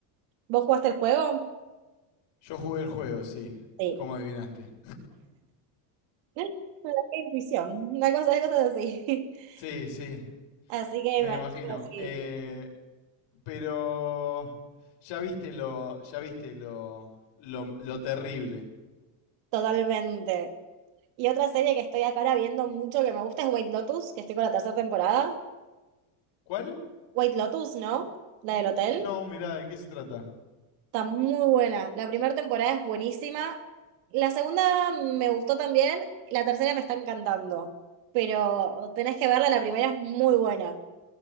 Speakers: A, on the right (about 85°); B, on the left (about 55°).
A: ¿Vos jugaste el juego?
B: Yo jugué el juego, sí,
A: Sí.
B: como adivinaste.
A: <laughs> Una intuición, una cosa de cosas así.
B: Sí, sí,
A: <laughs> Así que me
B: me
A: imagino
B: imagino.
A: así,
B: Eh, pero ya viste lo, ya viste lo, lo, lo terrible.
A: totalmente. Y otra serie que estoy acá ahora viendo mucho que me gusta es White Lotus, que estoy con la tercera temporada.
B: ¿Cuál?
A: White Lotus, ¿no? La del hotel.
B: No, mirá, ¿de qué se trata?
A: Está muy buena. La primera temporada es buenísima. La segunda me gustó también. La tercera me está encantando. Pero tenés que verla, la primera es muy buena.